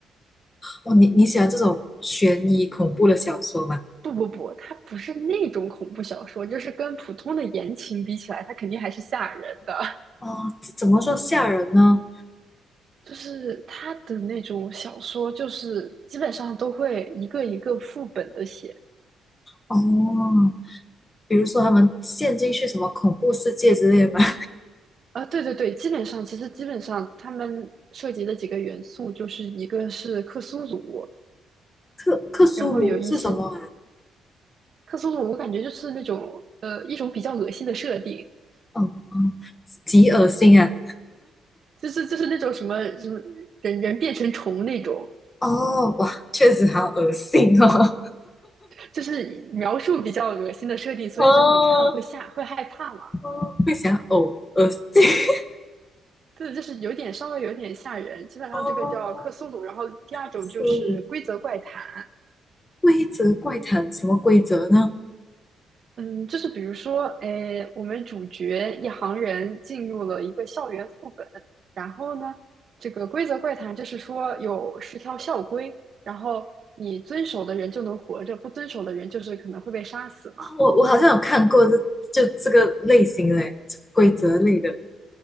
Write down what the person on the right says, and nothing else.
不不不，它不是那种恐怖小说，就是跟普通的言情比起来，它肯定还是吓人的。
就是它的那种小说，就是基本上都会一个一个副本的写。
啊，对对对，基本上其实基本上他们涉及的几个元素，就是一个是克苏鲁，
然后有一些克苏鲁，我感觉就是那种呃一种比较恶心的设定，
就是就是那种什么什么人人变成虫那种，
就是描述比较恶心的设定，所以就是你看了会吓，
会害怕嘛？
对，就是有点稍微有点吓人。基本上这个叫克苏鲁，
然后第二种就是规则怪谈。
嗯，就是比如说，诶，哎我们主角一行人进入了一个校园副本，然后呢，这个规则怪谈就是说有十条校规，然后你遵守的人就能活着，不遵守的人就是可能会被杀死嘛。